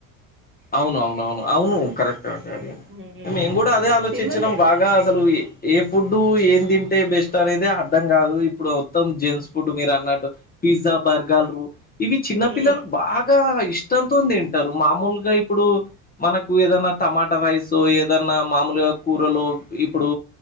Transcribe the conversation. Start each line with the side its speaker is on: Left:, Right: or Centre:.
Left: అవునవునవును అవును కరెక్ట్
Right: హ్మ్.
Left: <unintelligible> మేమ్ గూడా అదే ఆలోచిచ్చనం
Right: తినలేరు.
Left: బాగా అసలు ఏ ఫుడ్డు ఏం తింటే బెస్ట్ అనేదే అర్థం గాదు ఇప్పుడు మొత్తం జెంట్స్
Right: హ్మ్.
Left: ఫుడ్ మీరు అన్నట్టు పిజ్జా బర్గర్లు ఇవి చిన్న
Right: హ్మ్.
Left: పిల్లలు బాగా ఇష్టంతోన్ దింటరు మామూలు గ ఇప్పుడు మనకు ఏదన టమాటా రైస్ ఏదన్నా మామూలుగా కూరలో ఇప్పుడు